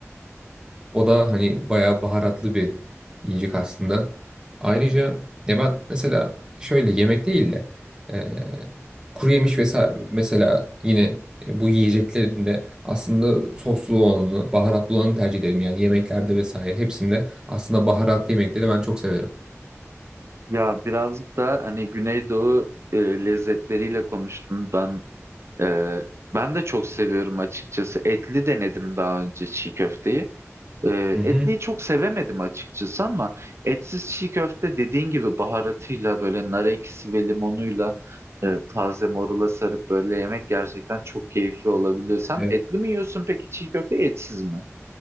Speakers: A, on the right (about 15°); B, on the right (about 55°).
A: O da hani bayağı baharatlı bir yiyecek aslında. Ayrıca ya ben mesela şöyle yemek değil de eee kuru yemiş vesaire mesela yine e, bu yiyeceklerinde aslında soslu olanı, baharatlı olanı tercih ederim. Yani yemeklerde vesaire hepsinde aslında baharatlı yemekleri ben çok severim.
B: Ya birazcık da hani Güneydoğu e, lezzetleriyle konuştum ben. E, ben de çok seviyorum açıkçası. Etli denedim daha önce çiğ köfteyi. E,
A: Hı hı.
B: etliyi çok sevemedim açıkçası ama etsiz çiğ köfte dediğin gibi baharatıyla böyle nar ekşisi ve limonuyla e, taze morula sarıp böyle yemek gerçekten çok keyifli olabiliyor. Sen
A: Evet.
B: etli mi yiyorsun peki çiğ köfte etsiz mi?